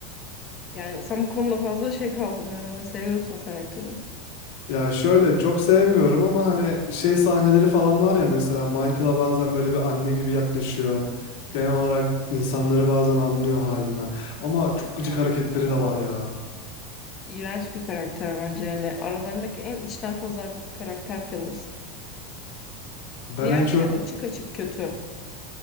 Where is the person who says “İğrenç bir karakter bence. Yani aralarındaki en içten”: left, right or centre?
Left